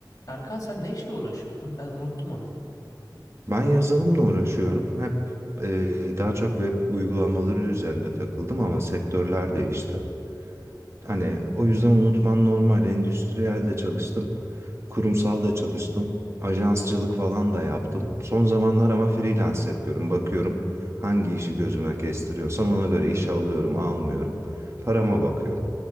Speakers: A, on the left; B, on the right.
A: Erkan sen ne işle uğraşıyordun? Ben unuttum onu.
B: Ben yazılımla uğraşıyorum. Hep e, daha çok web uygulamaları üzerinde takıldım ama sektörler değişti. Hani o yüzden unutman normal. Endüstriyel de çalıştım. Kurumsal da çalıştım. Ajansçılık falan da yaptım. Son zamanlar ama freelance yapıyorum. Bakıyorum hangi işi gözüme kestiriyorsam ona göre işe alıyorum, almıyorum. Parama bakıyorum.